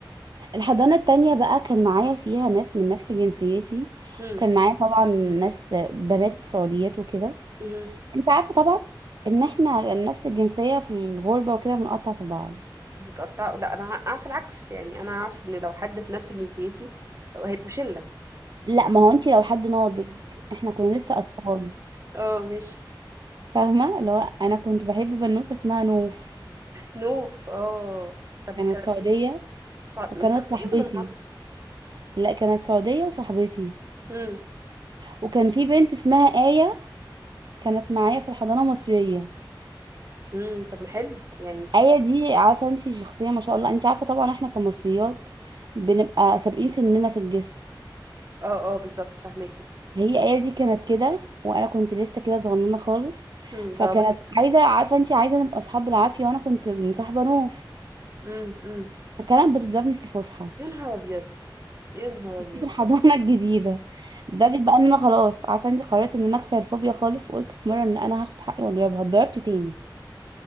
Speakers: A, on the right (about 60°); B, on the right (about 35°).
A: الحضانة التانية بقى كان معايا فيها ناس من نفس جنسيتي
B: امم
A: كان معايا طبعا ناس بنات سعوديات وكده
B: امم
A: انت عارفه طبعا ان احنا نفس الجنسيه في الغربه وكده بنقطع في بعض
B: بتقطع لا انا اعرف العكس يعني انا اعرف ان لو حد في نفس جنسيتي هيبقوا شله
A: لا ما هو انت لو حد ناضج احنا كنا لسه اطفال
B: اه ماشي
A: فاهمه اللي هو انا كنت بحب بنوته اسمها نوف
B: نوف اه طب
A: كانت
B: كانت
A: سعوديه
B: من سع-
A: وكانت
B: من السعوديه
A: صاحبتي
B: ولا من مصر
A: لا كانت سعوديه وصاحبتي
B: امم
A: وكان في بنت اسمها آية كانت معايا في الحضانه المصريه
B: امم طب ما حلو يعني
A: آية دي عارفه انت شخصيه ما شاء الله انت عارفه طبعا احنا كمصريات بنبقى سابقين سننا في الجسم
B: اه اه بالظبط فاهماكي
A: هي ايه دي كانت كده وانا كنت لسه كده صغننه خالص
B: امم
A: فكانت
B: ضربتك
A: عايزه عارفه انت عايزه نبقى اصحاب بالعافيه وانا كنت مصاحبه نوف
B: امم امم
A: فكانت بتضربني في الفسحه
B: يا نهار ابيض يا نهار ابيض
A: في الحضانه <laughs> الجديده لدرجه بقى ان انا خلاص عارفه انت قررت ان انا اكسر الفوبيا خالص وقلت في مره ان انا هاخد حقي واضربها اتضربت تاني